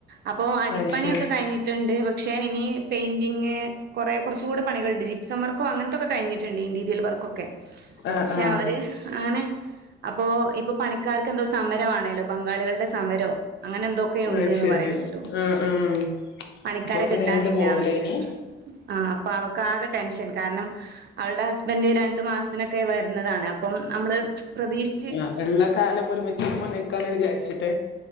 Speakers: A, on the right; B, on the left.
A: അപ്പോ അടിപ്പണിയൊക്കെ
B: അത് ശരി
A: കഴിഞ്ഞിട്ടുണ്ട് പക്ഷേ ഇനി പെയിന്റിംഗ് കൊറേ കൊർച്ചുകൂടെ പണികൾണ്ട് ജിപ് സംവർക്കോ അങ്ങൻത്തൊക്കെ കഴിഞ്ഞിട്ടണ്ട് ഇൻറീരിയൽ വർക്കൊക്കെ.
B: ആഹ്
A: ക്ഷെ
B: ആഹ്
A: അവര് അങ്ങനെ അപ്പൊ ഇപ്പ പണി ക്കാർക്കെന്തോ സമരവാണേലോ ബംഗാളികളുടെ സമരോ. അങ്ങനെന്തൊക്കെയോ ഉണ്ട്ന്ന്
B: അത് ശരി
A: പറയണ കേട്ടു.
B: ആഹ് ആഹ്
A: പണിക്കാരെ
B: അപ്പൊ അത്
A: കിട്ടാനില്ലാന്ന്
B: നീണ്ടു പോവൂലേ ഇനി
A: ആ അപ്പൊ അവ <unintelligible> ടെൻഷൻ കാരണം, അവളുടെ ഹസ്ബൻഡ് രണ്ടു മാസത്തിനൊക്കെ വരുന്നതാണ് അപ്പം നമ്മള് പ്രതീക്ഷിച്ച്
B: ആ ഉള്ള കാലം ഒരുമിച്ച് ഇപ്പ നിക്കാന്ന് വിചാരിച്ചിട്ട്